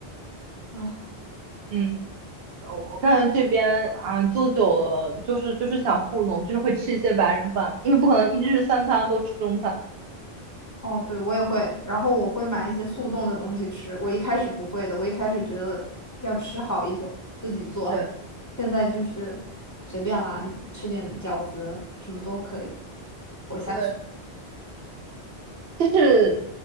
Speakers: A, on the left; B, on the right.
A: 啊。
B: 嗯，我我感觉这边啊做久了，就是就是想糊弄，就是会吃一些白人饭，因为不可能一日三餐都吃中餐，
A: 哦，对，我也会，然后我会买一些速冻的东西吃。我一开始不会的，我一开始觉得要吃好一点，自己做，
B: 对
A: 现在就是随便啦，吃点饺子什么都可以活下去。
B: 对，就是